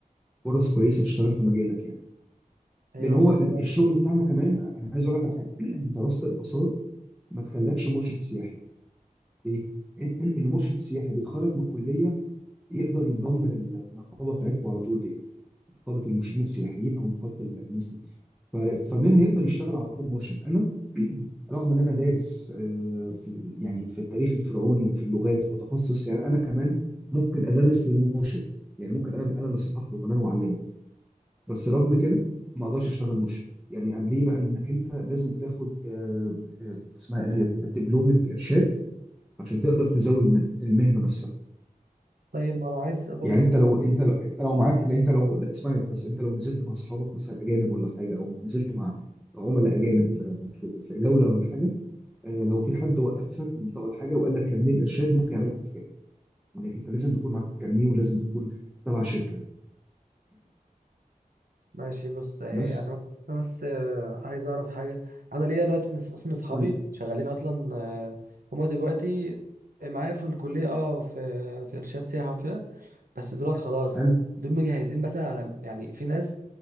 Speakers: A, in the centre; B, on the right (about 80°).
A: فرص كويسه تشتغل في مجالك يعني
B: ايوه
A: لان هو ال-
B: فعلا
A: الشغل
B: كده.
A: بتاعنا كمان انا عايز اقول لك على حاجه <clears throat> دراسه الاثار ما تخلكش مرشد سياحي ليه؟ إن- إن المرشد السياحي بيتخرج من الكليه يقدر ينضم للنقابه بتاعتكم على طول ديت نقابه المرشدين السياحيين او نقابه الناس دي ف- فمنها يقدر يشتغل على طول مرشد انا <clears throat> رغم ان انا دارس آه، في ال- يعني في التاريخ الفرعوني وفي اللغات ومتخصص يعني انا كمان ممكن ادرس للمرشد يعني ممكن انا انا اللي اصحح له كمان واعلمه بس رغم كده ما اقدرش اشتغل مرشد يعني عن- ليه بقى لانك انت لازم تاخد آه، آه، اسمها ايه ديت دبلومه ارشاد عشان تقدر تزاول المهنه المهنة نفسها
B: طيب ما انا عايز اسال برضه
A: يعني
B: في-
A: انت لو انت لو انت لو معاك لا انت لو لا اسمعني بس انت لو نزلت مع اصحابك مثلا اجانب ولا حاجه او نزلت مع عملاء اجانب في في, في جوله ولا حاجه آه لو في حد وقفك من طول حاجه وقال لك كارنيه الارشاد ممكن يعمل لك مشكله لان انت لازم تكون معاك الكارنيه ولازم تكون تبع شركه
B: ماشي بص آه،
A: بس
B: يعني انا أنا بس آه، عايز اعرف حاجه انا ليا دلوقتي ناس- اصلا اصحابي
A: قول لي
B: شغالين اصلا آه، هما دلوقتي معايا في الكليه اه في في ارشاد سياحه وكده بس دولت خلاص
A: حلو
B: دول مجهزين مثلا على يعني في ناس